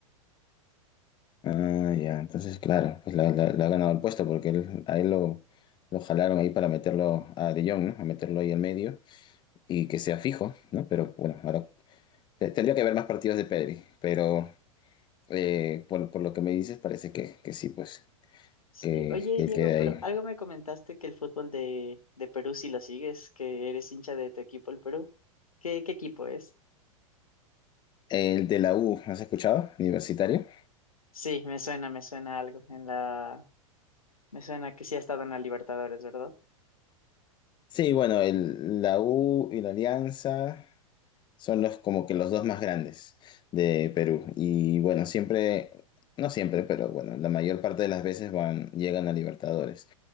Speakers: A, on the left; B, on the left.
A: Ah, ya, entonces, claro, pues la- la- le ha ganado el puesto porque él, a él lo, lo jalaron ahí para meterlo a De Jong, ¿no? A meterlo ahí al medio y que sea fijo, ¿no? Pero bueno, ahora te- tendría que haber más partidos de Pedri, pero. Eh, por, por lo que me dices, parece que, que sí, pues,
B: Sí,
A: que,
B: oye
A: que
B: Diego,
A: él queda
B: pero
A: ahí.
B: algo me comentaste que el fútbol de, de Perú si lo sigues, que eres hincha de tu equipo, el Perú. ¿Qué, qué equipo es?
A: El de la U, ¿has escuchado? Universitario.
B: Sí, me suena, me suena algo. En la, me suena que sí ha estado en la Libertadores, ¿verdad?
A: Sí, bueno, el, la U y la Alianza son los como que los dos más grandes de Perú. Y bueno, siempre, no siempre, pero bueno, la mayor parte de las veces van, llegan a Libertadores.